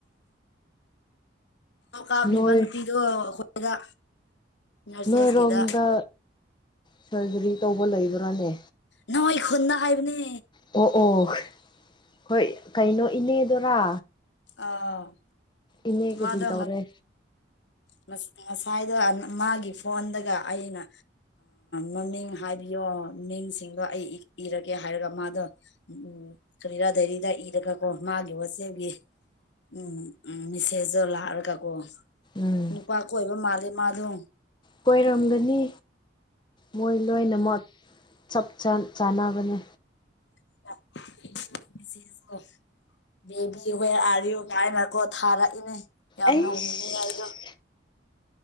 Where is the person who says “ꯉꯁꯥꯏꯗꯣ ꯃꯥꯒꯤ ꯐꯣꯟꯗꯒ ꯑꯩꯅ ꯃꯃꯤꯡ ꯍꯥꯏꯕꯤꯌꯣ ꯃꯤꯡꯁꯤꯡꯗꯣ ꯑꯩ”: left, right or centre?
Left